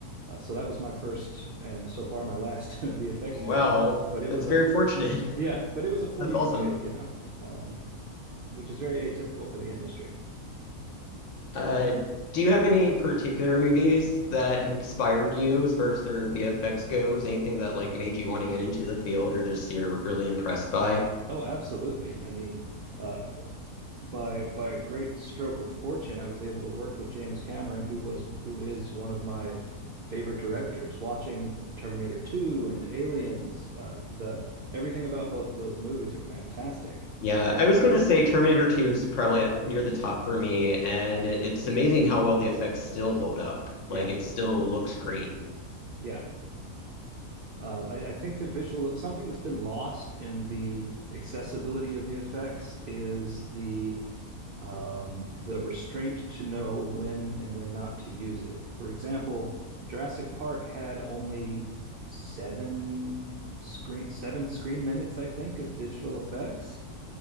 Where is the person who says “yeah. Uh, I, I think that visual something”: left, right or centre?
Right